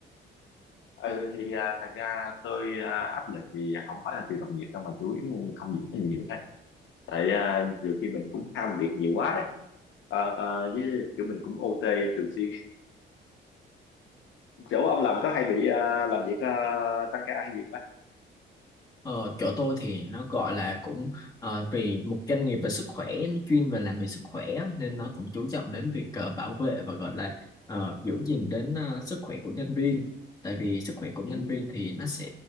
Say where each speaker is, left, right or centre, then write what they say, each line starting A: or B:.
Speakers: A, on the left; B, on the left.
A: ừ, thì à, thật ra tôi à, áp lực thì không phải là từ đồng nghiệp đâu mà chủ yếu công việc nó nhiều thôi tại à, nhiều khi mình cũng ham việc nhiều quá đấy Ờ, với kiểu mình cũng OT thường xuyên chỗ ông làm có hay bị à, làm việc à, tăng ca hay gì không bác
B: Ờ, chỗ tôi thì nó gọi là cũng ờ, vì một doanh nghiệp về sức khỏe nó chuyên về làm về sức khỏe á, nên nó cũng chú trọng đến việc ờ, bảo vệ và gọi là ờ, giữ gìn đến ờ, sức khỏe của nhân viên tại vì sức khỏe của nhân
A: ừ.
B: viên thì nó sẽ